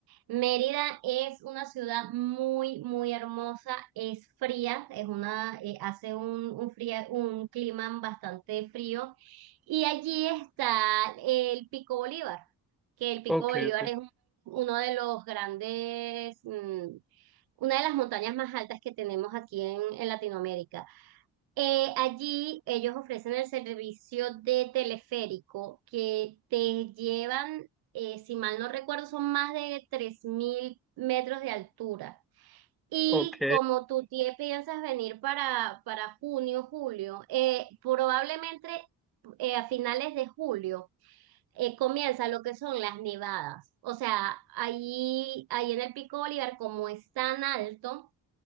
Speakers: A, on the right (about 80°); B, in the centre.
A: Mérida es una ciudad muy, muy hermosa, es fría, es una, eh, hace un, un, fría- un clima bastante frío y allí está el Pico Bolívar, que el Pico
B: Ok,
A: Bolívar
B: ok.
A: es un- uno de los grandes, mm, una de las montañas más altas que tenemos aquí en, en Latinoamérica. Eh, allí ellos ofrecen el servicio de teleférico que te llevan, eh, si mal no recuerdo, son más de 3.000 metros de altura. Y
B: Ok.
A: como tú tie- piensas venir para, para junio, julio, eh, probablemente eh, a finales de julio eh, comienza lo que son las nevadas. O sea, ahí, ahí en el Pico Bolívar, como es tan alto,